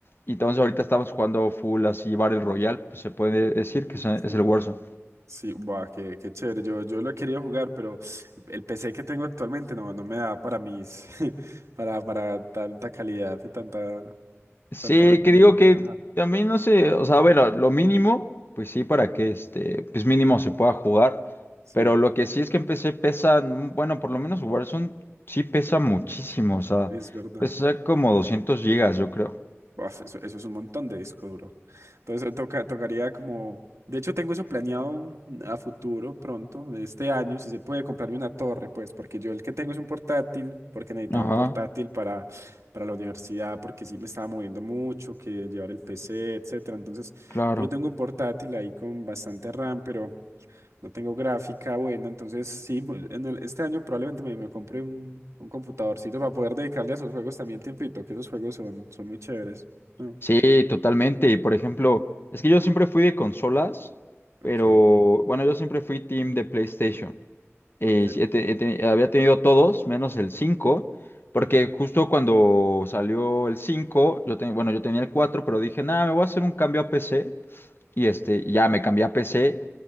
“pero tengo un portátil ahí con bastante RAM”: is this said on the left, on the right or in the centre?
Right